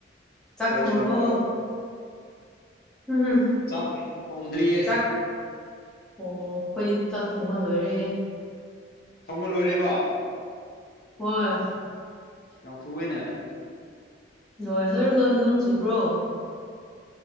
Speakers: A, in the centre; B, on the left.
A: ꯆꯥꯛ
B: ꯐ꯭ꯔꯦꯁ
A: ꯊꯣꯡꯔꯕꯣ
B: ꯑꯣꯏꯅꯕ
A: ꯎꯝ
B: ꯆꯥꯛꯇꯤ ꯊꯣꯡꯗ꯭ꯔꯤꯌꯦ
A: ꯆꯥꯛ ꯑꯣ ꯑꯩꯣꯏꯗꯤ ꯆꯥꯛ ꯊꯣꯡꯕ ꯂꯣꯏꯔꯦ
B: ꯊꯣꯡꯕ ꯂꯣꯏꯔꯦꯕ
A: ꯍꯣꯏ
B: ꯌꯥꯎꯊꯣꯛꯑꯦꯅꯦ
A: ꯍꯣꯏ ꯅꯣꯏꯔꯣꯝꯗ ꯅꯣꯡ ꯆꯨꯕ꯭ꯔꯣ